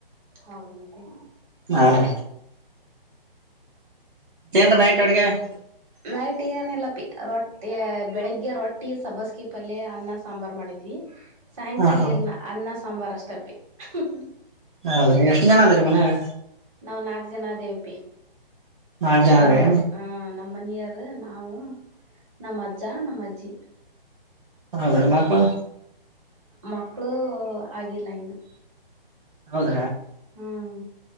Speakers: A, on the right; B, on the right.
A: ಹೌದನಪ್ಪಿ
B: ಹ ದ ನ <inaudible> ಚಗ <unintelligible>
A: ನೈಟ್ ಏನಿಲ್ಲ ರೊಟ್ಟಿ ಬೆಳಿಗ್ಗೆ ರೊಟ್ಟಿ ಸಬಸ್ಕಿ ಪಲ್ಯ ಅನ್ನ ಸಾಂಬಾರಾರ್ ಮಾಡಿದ್ವಿ ಸಾಯಂಕಾಲ
B: ಹಾ ಹಾ
A: ಎ ಅನ್ನ ಸಾಂಬಾರ್ ಹ್ಮ್
B: ಹೌದ್ರಿ ಎಷ್ಟ್ ಜನ ಅದ್ರೀ ಮನ್ಯಾಗ
A: ನಾವ್ ನಾಕ್ ಜನ ಅ <unintelligible> ವಪಿ
B: ನಾಲ್ಕ್ ಜನ
A: ನಮ್ಮ
B: ರೀ
A: ಹ ನಮ್ಮನಿಯರು ನಾವು ನಮ್ಮ ಅಜ್ಜಾ ನಮ್ಮ ಅಜ್ಜಿ
B: ಹೌದ್ರ ಮಾಕ್ಕಲು
A: ಮಕ್ಕಳು ಆಗಿಲ್ಲ ಇನ್ನು
B: ಹೌದ
A: ಹ್ಮ್